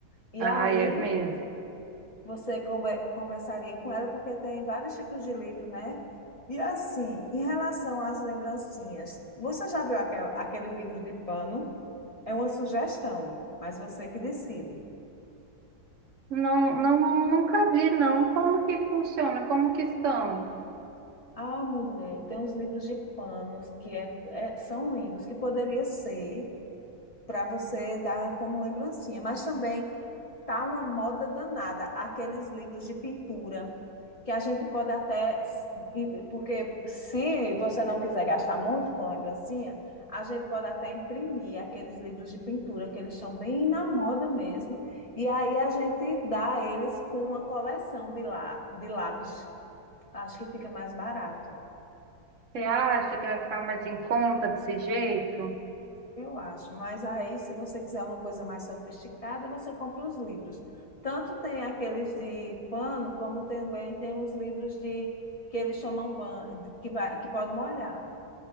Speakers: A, on the left; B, on the right.
A: E
B: Ah,
A: aí
B: é mesmo.
A: você conver- conversaria com ela, porque tem vários tipos de livro, né? E assim, em relação às lembrancinhas, você já viu aquel- aquele livro de pano? É uma sugestão, mas você que decide.
B: Não, não, nunca vi, não. Como que funciona? Como que são?
A: Ah, mulher, tem os livros de panos que é- é- são lindos, que poderia ser para você dar como lembrancinha. Mas também tá uma moda danada aqueles livros de pintura que a gente pode até porque se você não quiser gastar muito com lembrancinha, a gente pode até imprimir aqueles livros de pintura que eles estão bem na moda mesmo, e aí a gente dá eles com uma coleção de lá de lápis. Acho que fica mais barato.
B: Você acha que vai ficar mais em conta desse jeito?
A: Eu acho, mas aí, se você quiser uma coisa mais sofisticada, você compra os livros. Tanto tem aqueles de pano, como também tem os livros de que eles chamam ban, de- que vai, que pode molhar.